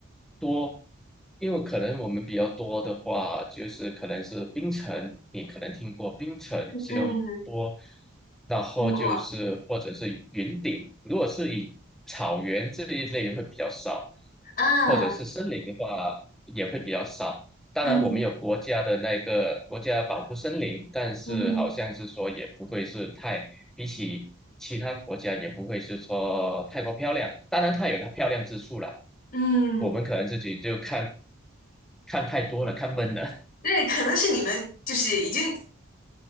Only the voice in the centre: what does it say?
多，因为可能我们比较多的话，就是可能是冰城，你可能听过冰城、吉隆坡，
然后就是或者是云顶，
如果是以草原这一类会比较少，
或者是森林的话也会比较少。当然我们有国家的那个国家保护森林，
但是好像是说也不会是太，
比起其他国家也不会是说太过漂亮。当然它有它漂亮之处了，
我们可能自己就看看太多了，看闷了，